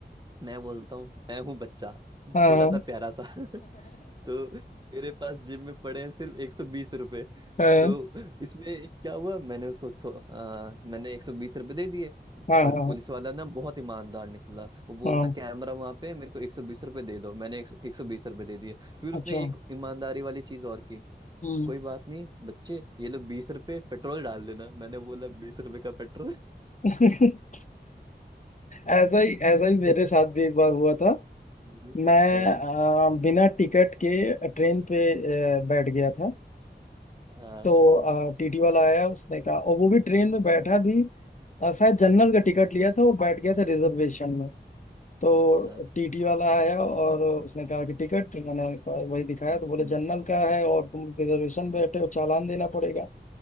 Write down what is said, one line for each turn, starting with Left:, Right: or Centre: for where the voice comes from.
Right: मैं बोलता हूँ मैं हूँ बच्चा
Left: हाँ
Right: छोटा
Left: हाँ
Right: सा प्यारा सा <laughs> तो मेरे पास जिम में पड़े हैं सिर्फ एक सौ बीस रुपये
Left: हाँ
Right: तो इसमें क्या हुआ मैंने उसको सौ आ, मैंने एक सौ बीस रुपये दे दिए
Left: हाँ
Right: पर
Left: हाँ,
Right: पुलिस वाला ना बहुत ईमानदार निकला वो बोलता
Left: हाँ,
Right: कैमरा वहां पे है, मेरे को एक सौ बीस रुपये दे दो मैंने एक सौ बीस रुपये दे दिए फिर उसने
Left: अच्छा
Right: एक ईमानदारी वाली चीज और की
Left: हम्म
Right: कोई बात नहीं बच्चे ये लो बीस रुपये पेट्रोल डाल देना मैंने बोला बीस रुपये का पेट्रोल <laughs>
Left: <laughs> ऐसा ही ऐसा ही मेरे साथ भी एक बार हुआ था
Right: हाँ
Left: मैं
Right: हाँ
Left: अ, बिना टिकट के ट्रेन पे अ, बैठ गया था
Right: हाँ
Left: तो टीटी वाला आया उसने कहा और वो भी ट्रेन में बैठा भी अ, शायद जनरल
Right: हम्म,
Left: का टिकट लिया था वो बैठ गया था रिजर्वेशन में तो
Right: हाँ,
Left: टीटी वाला आया और उसने कहा कि टिकट मैंने कहा- वही दिखाया तो बोले
Right: हम्म।
Left: जनरल का है और तुम रिजर्वेशन
Right: <laughs> हम्म,
Left: बैठे हो चालान देना पड़ेगा